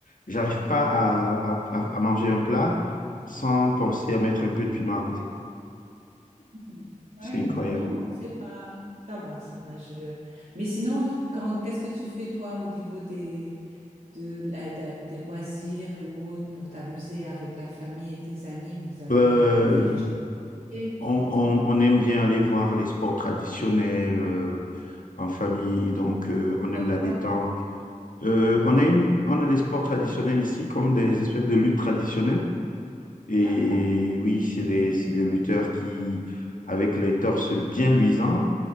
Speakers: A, on the left; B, on the right.
A: j'arrive pas à, à, à à manger un plat sans penser
B: Oui.
A: à mettre un peu de piment à côté.
B: Hmm. Réellement.
A: C'est incroyable.
B: Non, non, moi, c'est pas. Ça va, ça va. Je... Mais sinon, quand... qu'est-ce que tu fais, toi, au niveau des, de la- de- des loisirs ou autres pour t'amuser avec la famille et tes amis? Vous avez
A: Euh,
B: euh, fait des jeux, vous
A: on,
B: faites
A: on-
B: euh,
A: on aime bien aller voir les sports traditionnels. euh, en famille, donc euh, on
B: comme
A: aime la
B: quoi?
A: détente. Euh, on a une, on a des sports traditionnels ici, comme des espèces de luttes traditionnelles. Et
B: D'accord.
A: oui, c'est des, c'est des lutteurs qui, avec les torses bien luisants,